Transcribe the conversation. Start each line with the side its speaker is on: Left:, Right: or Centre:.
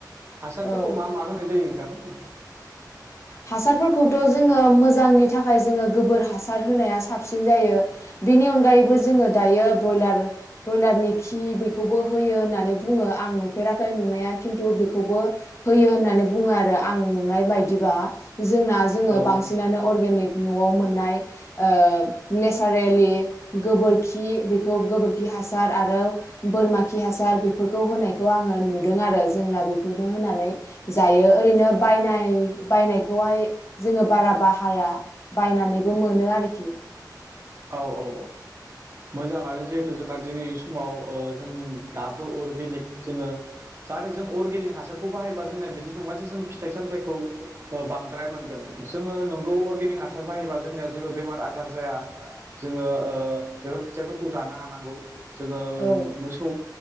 Right: हासारफोरखौ
Left: औ
Right: मा मा होनाय जायो नोंथां
Left: हासारफोरखौथ' जोंङो मोजांनि थाखाय जोङो गोबोर हासार होनाया साबसिन जायो। बिनि अनगायैबो जोंङो दायो बयलार ब्रयलारनि खि बेखौबो होयो होननानै बुङो आं नुफेराखै नुनाया खिन्थु बेखौबो होयो होननानै बुङो आरो आं नुनाय बायदिबा जोंना जोङो
Right: औ
Left: बांसिनानो अर्गेनिक न'आव मोननाय ओ नेचारेलि गोबोरखि बेखौ गोबोरखि हासार आरो बोरमा खि हासार बेफोरखौ होनायखौ आंङो नुदों आरो जोंना बेखौनो होनानै जायो ओरैनो बायनाय बायनायखौहाय जोंङो बारा बाहाया बायनानैबो मोनो आरोखि
Right: औ औ औ मोजांङानो जिहेथु जोंना दिनै समाव ओ जों दाबो अर्गेनिक जोंङो। जाहाथे जों अर्गेनिक हासारखौ बाहायबा जोंनाया बिदि नंङा जे जों फिथाइ सामथाइखौ बांद्राय मोनगोन जोङो नंगौ अर्गेनिक हासार बाहायोबा जोंनिया जेबो बेमार आजार जाया जोंङो ओ बेफोर फिथाइफोरखौ जानो हानांगौ जोंङो
Left: औ
Right: मोसौ